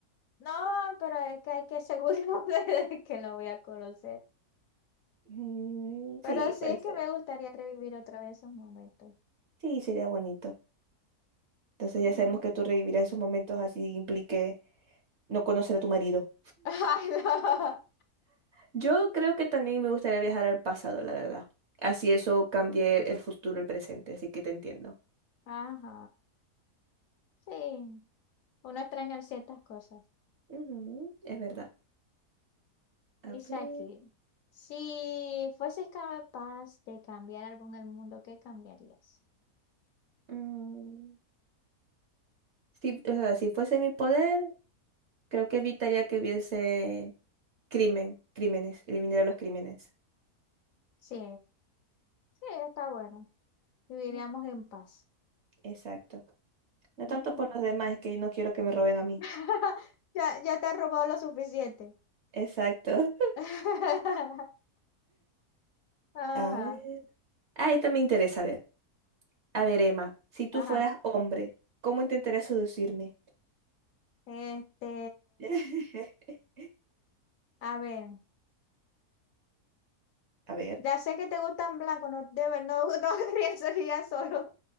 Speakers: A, on the left (about 70°); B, on the right (about 55°).
A: No, pero es que hay que asegurarme <laughs> de que lo voy a conocer.
B: Mm,
A: Pero
B: sí,
A: sí
B: puede
A: es
B: ser.
A: que me gustaría revivir otra vez esos momentos.
B: Sí, sería bonito. Entonces
A: Ujú.
B: ya sabemos que tú revivirás esos momentos así implique no conocer a tu marido.
A: <laughs> Ay, no.
B: Yo creo que también me gustaría viajar al pasado, la verdad. Así eso cambie el futuro, el presente, así que te entiendo.
A: Ajá. Sí, uno extraña ciertas cosas.
B: Ujú, es verdad. A
A: Dice
B: ver.
A: aquí, si fueses capaz de cambiar algo en el mundo, ¿qué cambiarías?
B: mm, si, o sea, si fuese mi poder, creo que evitaría que hubiese crimen, crímenes, eliminaría los crímenes.
A: Sí, sí, está bueno. Viviríamos
B: Mm,
A: en paz.
B: Exacto. No
A: Ujú.
B: tanto por los demás, es que no quiero que me roben a mí.
A: <laughs> Ya, ya te has robado lo suficiente.
B: Exacto. <laughs>
A: <laughs> Ajá,
B: A ver. Ah, esta me interesa, a ver. A ver, Emma, si tú
A: ajá.
B: fueras hombre, ¿cómo intentarías seducirme?
A: Este,
B: <laughs>
A: a ver,
B: A ver.
A: ya sé que te gustan blancos, no debe, no, no <laughs> querría salir solo